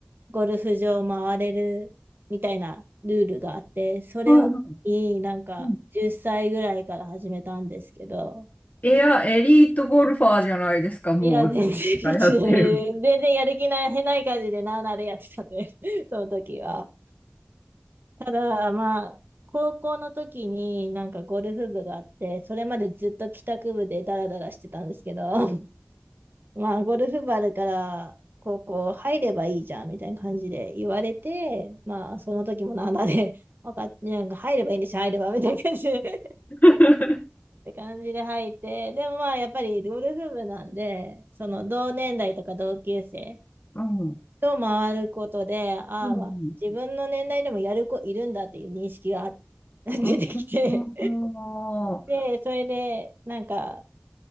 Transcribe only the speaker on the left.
はいはいうんいや、エリートゴルファーじゃないですか、もう、
<laughs> あれやってる。
<laughs>
うん。うん
うん
おー